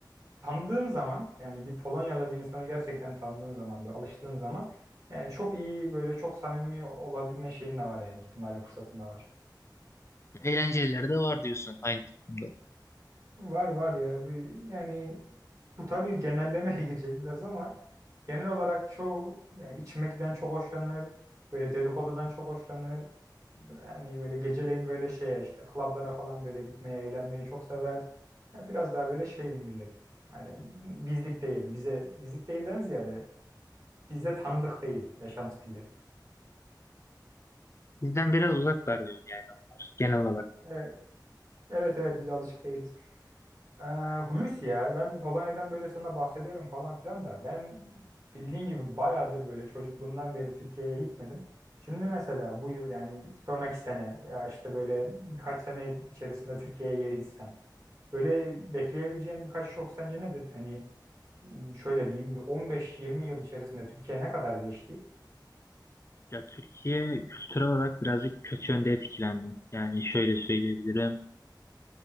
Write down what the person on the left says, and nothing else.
Eğlencelileri de var diyorsun aynı toplumda.
Bizden biraz uzaklar diyorsun yani onlar genel olarak.
Ya Türkiye kültürel olarak birazcık kötü yönde etkilendi. Yani şöyle söyleyebilirim.